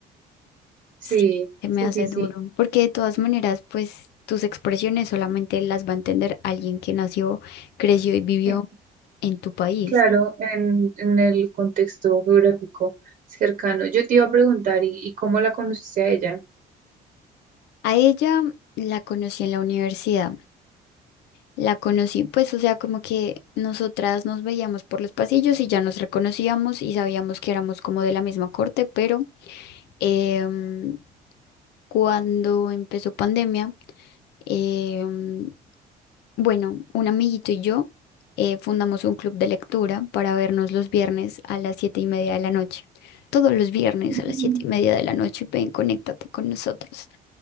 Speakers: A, on the right; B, on the left.
A: sí,
B: Sí, se me
A: sí,
B: hace
A: sí, sí.
B: duro, porque de todas maneras, pues tus expresiones solamente las va a entender alguien que nació, creció y vivió
A: eh,
B: en tu país.
A: Claro, en, en el contexto geográfico cercano. Yo te iba a preguntar, ¿y, y cómo la conociste a ella?
B: A ella la conocí en la universidad, la conocí, pues, o sea, como que nosotras nos veíamos por los pasillos y ya nos reconocíamos y sabíamos que éramos como de la misma corte, pero em, cuando empezó pandemia, em, Bueno, un amiguito y yo eh, fundamos un club de lectura para vernos los viernes a las siete y media de la noche. Todos los viernes
A: Ujú,
B: a las siete y media de la noche, ven, conéctate con nosotros.